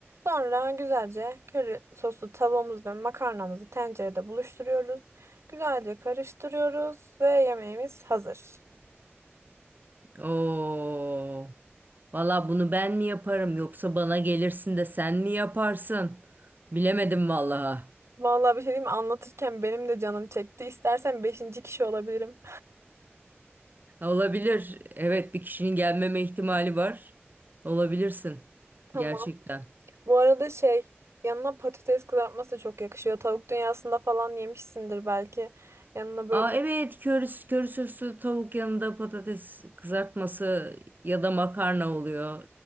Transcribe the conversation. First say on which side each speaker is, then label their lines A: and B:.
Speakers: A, on the right; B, on the right.
A: Sonra güzelce köri soslu tavuğumuz ve makarnamızı tencerede buluşturuyoruz. Güzelce karıştırıyoruz ve yemeğimiz hazır.
B: Oo. Valla bunu ben mi yaparım yoksa bana gelirsin de sen mi yaparsın? Bilemedim vallahi.
A: Vallahi bir şey diyeyim mi? Anlatırken benim de canım çekti. İstersen beşinci kişi olabilirim.
B: Olabilir. Evet bir kişinin gelmeme ihtimali var. Olabilirsin.
A: <laughs> Tamam.
B: Gerçekten.
A: Bu arada şey yanına patates kızartması da çok yakışıyor. Tavuk dünyasında falan yemişsindir belki. Yanına böyle
B: Aa, evet köri, köri soslu tavuk yanında patates kızartması ya da makarna oluyor